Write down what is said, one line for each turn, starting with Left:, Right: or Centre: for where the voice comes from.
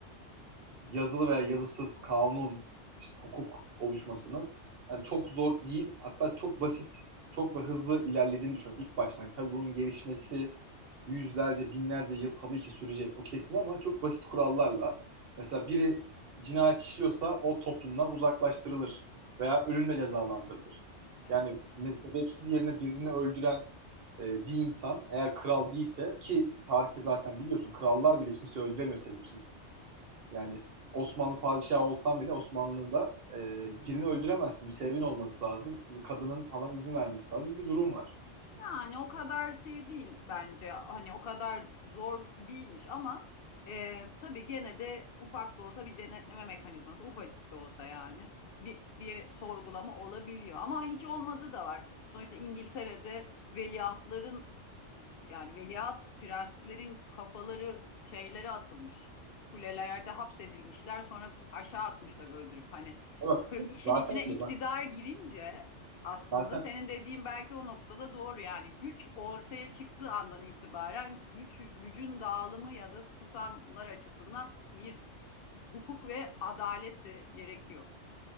Right: yazılı veya yazısız kanun, işte hukuk oluşmasının yani çok zor değil, hatta çok basit, çok da hızlı ilerlediğini düşünüyorum ilk baştan. Tabii bunun gelişmesi yüzlerce, binlerce yıl tabii ki sürecek o kesin ama çok basit kurallarla. Mesela biri cinayet işliyorsa o toplumdan uzaklaştırılır veya ölümle cezalandırılır.
Left: Evet.
Right: Yani ne, sebepsiz yerine birini öldüren e, bir insan eğer kral değilse ki tarihte zaten biliyorsun krallar bile kimse öldüremiyor sebepsiz. Yani Osmanlı padişahı olsan bile Osmanlı'da e, birini öldüremezsin. Bir sebebin olması lazım. E, Kadının falan izin vermesi lazım gibi bir durum var.
Left: Yani o kadar şey değil bence. Hani o kadar zor değilmiş ama e, tabii gene de ufak da olsa bir denetleme mekanizması, ufacık da olsa yani bir, bir sorgulama olabiliyor. Ama hiç olmadığı da var. Sonuçta İngiltere'de veliahtların yani veliaht prenslerin kafaları şeylere atılmış. Kulelerde hapsedilmişler sonra aşağı atmışlar öldürüp hani
Right: E bak
Left: Kır- işin
Right: zaten
Left: içine
Right: öyle
Left: iktidar
Right: bak.
Left: girince aslında
Right: Zaten
Left: senin dediğin belki o noktada doğru yani güç ortaya çıktığı andan itibaren güç gücün dağılımı ya da tutanlar açısından bir hukuk ve adalet de gerekiyor.